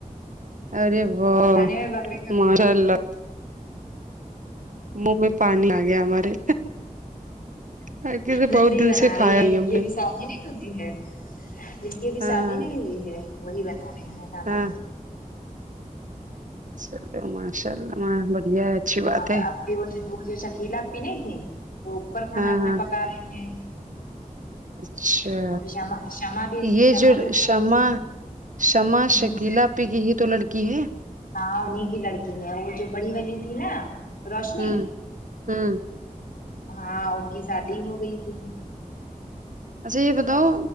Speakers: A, on the right; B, on the left.
A: ارے واہ
B: کھانے میں بکرے کا
A: ماشاء
B: گوشت
A: اللہ منہ میں پانی آ گیا ہمارے کیونکہ
B: نند
A: بہت
B: ہی
A: دن
B: بنا
A: سے کھایا
B: رہی ہیں
A: ہی
B: جن
A: ہم
B: کی ابھی
A: نے
B: شادی نہیں ہوتی ہے جن کی ابھی
A: ہاں
B: شادی نہیں ہوئی ہے وہی بنا رہے ہیں کھانا
A: ہاں چلو ماشاء اللہ ما بڑھیا ہے اچھی بات
B: اور
A: ہے
B: آپ کے وہ جو شکیلا آپپی نہیں تھی وہ اوپر کھانا
A: ہاں
B: اپنا
A: ہاں
B: پکا رہے ہیں
A: اچھا
B: وہ بھی شمع شمع بھی
A: یہ
B: شمع
A: جو
B: بھی اوپر
A: شمع
B: ہی ہیں،
A: شمع شکیلا
B: ہوں
A: آپی کی ہی تو لڑکی ہے
B: ہاں انہیں کی لڑکی ہے وہ جو بڑی والی تھی نا روشنی
A: ہوں ہوں
B: ہاں ان کی شادی ہو گئی تھی
A: اچھا یہ بتاؤ